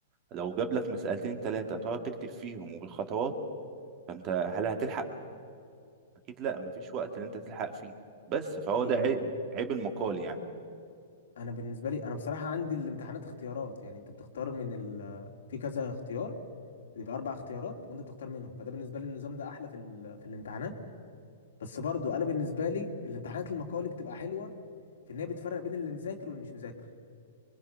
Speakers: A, on the right; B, on the left.
A: لو جاب لك مسألتين ثلاثة تقعد تكتب فيهم وبالخطوات فانت هل هتلحق اكيد لا مفيش وقت اللي انت تلحق فيه بس فهو
B: هي
A: ده عيب, عيب المقال يعني
B: انا بالنسبه لي انا بصراحه عندي الامتحانات اختيارات يعني انت بتختار من ال... في كذا اختيار بيبقى اربع اختيارات وانت بتختار منهم فده بالنسبه لي النظام ده احلى في ال... في الامتحانات بس برضو انا بالنسبه لي الامتحانات المقالي بتبقى حلوه في ان هي بتفرق بين اللي مذاكر واللي مش مذاكر